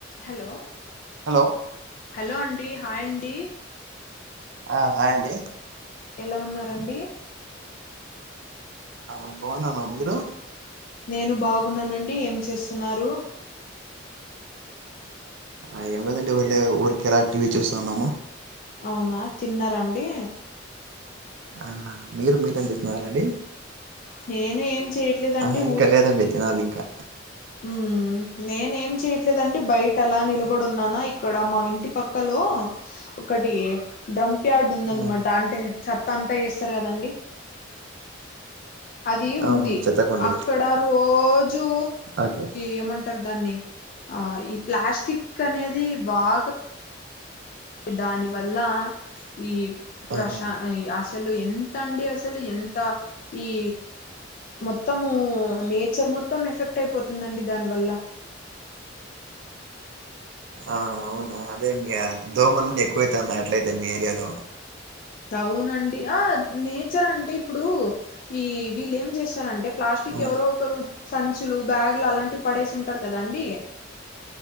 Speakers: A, on the left (about 45°); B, on the right (about 70°).
A: Hello
B: hello
A: hello అండి hi అండి
B: ఆ హాయ్ అండి
A: ఎలా ఉన్నారండి
B: ఆ బాగున్నాను మీరు
A: నేను బాగున్నానండి ఏం చేస్తున్నారు
B: అ ఎవ్వరు ఇంటికి పొవట్లేదు ఆక్టివ్ చూస్తున్నాం
A: అవునా తిన్నార అండి
B: ఆ మీరు మీట్ అని వెళ్తున్నరండి
A: నేను ఏం చేయట్లేదండి
B: ఆహ ఇంకా లేదండి తినాలి ఇంకా
A: ఉ నేనేం చేయట్లేదండి బయట అలా నిలబడున్నానా ఇక్కడ మా ఇంటి పక్కలో ఒకటి డ్రంప్ యార్డ్ ఉందనమాట
B: ఆ
A: అంటే చెత్త అంతా ఏస్తారు కదండి అది
B: అవును
A: ఉంది
B: చెత్తకుండి
A: అక్కడ రోజూ
B: ఓకే
A: ఏం అంటారు దాన్ని అ ఈ ప్లాస్టిక్ అనేది బాగ దాని వల్ల ఈ ప్రశ
B: ఆహా
A: అసలు ఎంత అండి అసలు ఎంత ఈ మొత్తము నేచర్ మొత్తం ఎఫెక్ట్ అయిపోతుందండి దాని వల్ల
B: ఆ అవునా అదే మీ దోమలన్న ఎక్కువైత అట్లయితే మీ ఏరియాలో
A: అవునండి ఆ నేచర్ అంటే ఇప్పుడు ఈ విళ్ళేం చేస్తారంటే ప్లాస్టిక్
B: ఆ
A: ఎవరో ఒకరు సంచులు బ్యాగులు అలాంటివి పడేసి ఉంటారు కదండి